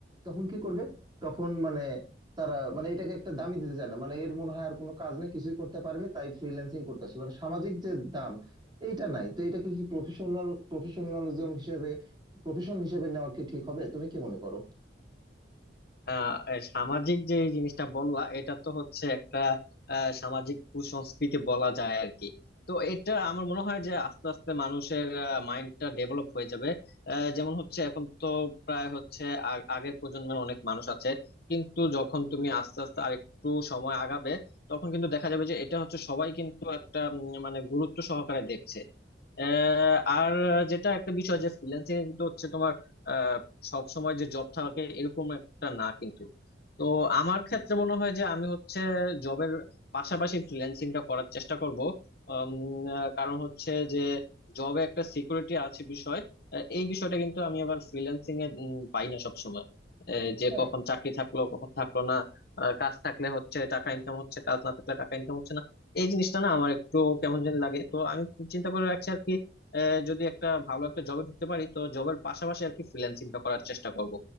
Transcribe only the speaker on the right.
তখন কি করবে তখন মানে তারা মানে এটাকে একটা দামই দিতে চায় না মানে এর মনে হয় আর কোনো কাজ নেই কিছুই করতে পারেনি তাই ফ্রিল্যান্সিং করতে আসে মানে সামাজিক যে দাম এইটা নাই তো এটাকে কি প্রফেশনাল প্রফেশনালিজম প্রফেশন হিসেবে নেওয়া কি ঠিক হবে তুমি কি মনে করো
হ্যাঁ